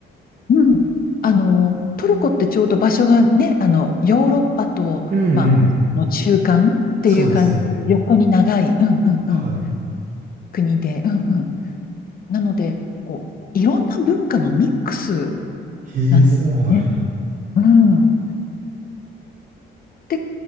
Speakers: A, on the left; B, on the right.
A: うん。あの、トルコってちょうど場所がね、あの、ヨーロッパと、
B: うんうん。
A: まあ、の中間っていう感じで、
B: そうですね。
A: 横に長い、うんうんうん、
B: は
A: 国で、うんうん。なので、こう、いろんな文化のミックス
B: い。
A: なんですよね。
B: へえ、そうなんや。
A: うん。で、